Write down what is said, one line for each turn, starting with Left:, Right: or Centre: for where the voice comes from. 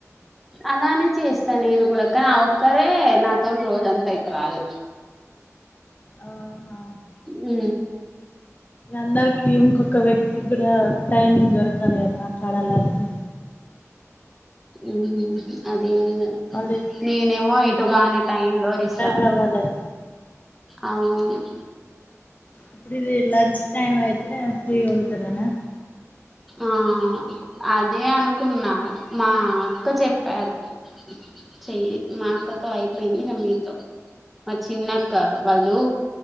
Centre: అలానే చేస్తా నేను కూడా కానీ ఒక్కరే నాతో రోజంతా అయ్యితే రారు.
Left: ఆఓహా
Centre: ఉ
Left: అందరికిీ ఇంకొక వ్యక్తి కూడా టైమ్ దొరకాలిద మాట్లాడాలంటే.
Centre: ఉ అది నీజం
Left: మళ్ళీ
Centre: నేనేమో ఇటుగాని టై లో ఇస్తా.
Left: పరవాలేదు.
Centre: అవును
Left: ఇప్పుడు ఇది లంచ్ టైమ్ అయితే ఫ్రీ ఉంటారనా.
Centre: ఆ అదే అనుకున్నా మా అక్క చెప్పారు. చెయ్యి మాఅక్కతో అయిపోయిందిఇక మీతో, మా చిన్నక్క వాళ్ళు.